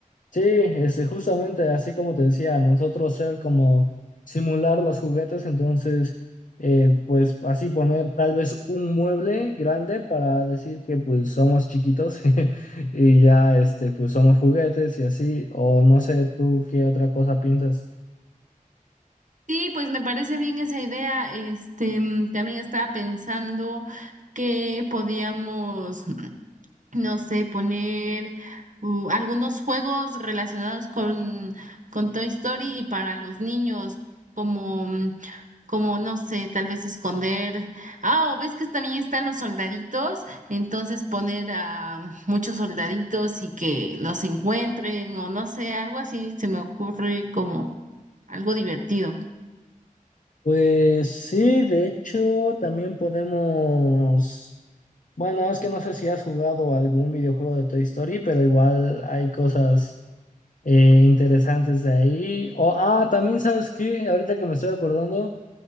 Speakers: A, on the left; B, on the right.
A: Sí, este, justamente así como te decía, nosotros ser como simular los juguetes, entonces, eh, pues así poner tal vez un mueble grande para decir que pues somos chiquitos <laughs> y ya, este, pues somos juguetes y así, o no sé, tú qué otra cosa piensas.
B: Sí, pues me parece bien esa idea. Este, mm, también estaba pensando que podíamos no sé, poner uh, algunos juegos relacionados con, con Toy Story y para los niños, como, mm, como, no sé, tal vez esconder. Ah, o ves que también están los soldaditos, entonces poner a mm, muchos soldaditos y que los encuentren, o no sé, algo así se me ocurre como algo divertido.
A: Pues sí, de hecho, también podemos, bueno, es que no sé si has jugado algún videojuego de Toy Story, pero igual hay cosas eh, interesantes de ahí. O, ah, también sabes qué, ahorita que me estoy acordando,